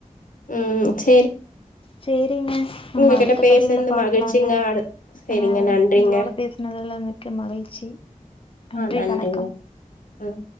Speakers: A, on the left; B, on the left.
A: உ ச்
B: சேரிங்க நம்ம
A: உங்ககிட்ட
B: அடுத்த
A: பேசுனது
B: பதிவுல பாக்கலாங்க
A: மகிழ்ச்சிங்க அடு செரிங்க
B: அ
A: நன்றிங்க
B: உங்களோட பேசுனதுல மிக்க மகிழ்ச்சி நன்றி
A: ஆ நன்றிங்க
B: வணக்கம்
A: ம்